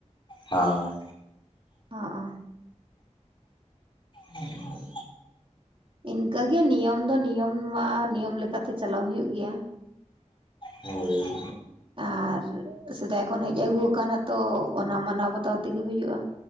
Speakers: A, on the left; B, on the right.
A: ᱦᱚᱭ᱾
B: ᱚᱻ ᱚ᱾
A: ᱦᱚᱭ ᱦᱚᱭ᱾
B: ᱤᱱᱠᱟᱹ ᱜᱮ ᱱᱤᱭᱚᱢ ᱫᱚ ᱱᱤᱭᱚᱢ ᱢᱟ ᱱᱤᱭᱚᱢ ᱞᱮᱠᱟ ᱛᱮ ᱪᱟᱞᱟᱣ ᱦᱩᱭᱩᱜ ᱜᱮᱭᱟ᱾
A: ᱦᱳᱭ᱾
B: ᱟᱨ ᱥᱮᱫᱟᱭ ᱠᱷᱚᱱ ᱦᱮᱡ ᱟᱹᱜᱩᱣ ᱠᱟᱱᱟ ᱛᱚ ᱚᱱᱟ ᱢᱟᱱᱟᱣ ᱵᱟᱛᱟᱣ ᱛᱮᱜᱮ ᱦᱩᱭᱩᱜᱼᱟ᱾